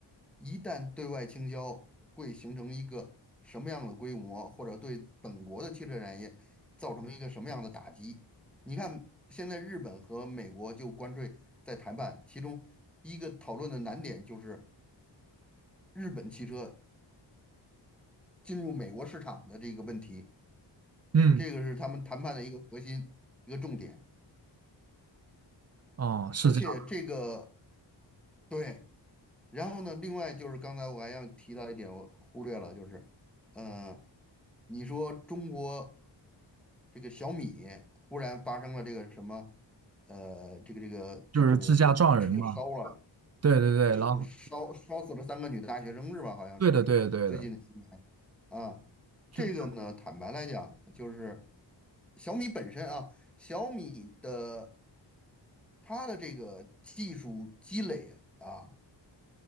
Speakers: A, in the centre; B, on the right.
A: 一旦对外倾销，会形成一个什么样的规模，或者对本国的汽车产业造成一个什么样的打击。你看，现在日本和美国就关税在谈判，其中一个讨论的难点就是日本汽车进入美国市场的这个问题，
B: 嗯。
A: 这个是他们谈判的一个核心，一个重点。
B: 哦，是这样，
A: 而且这个对，然后呢，另外就是刚才我还想提到一点，我忽略了，就是，呃，你说中国这个小米忽然发生了这个什么，呃，这个这个就是车烧了，
B: 就是自驾撞人嘛。对对对，
A: 是烧烧死了三个女大学生是吧？
B: 然后
A: 好像是最近的新闻啊，
B: 对的对的对的，
A: 这个呢，
B: 就
A: 坦白来讲，就是小米本身啊，小米的它的这个技术积累。啊。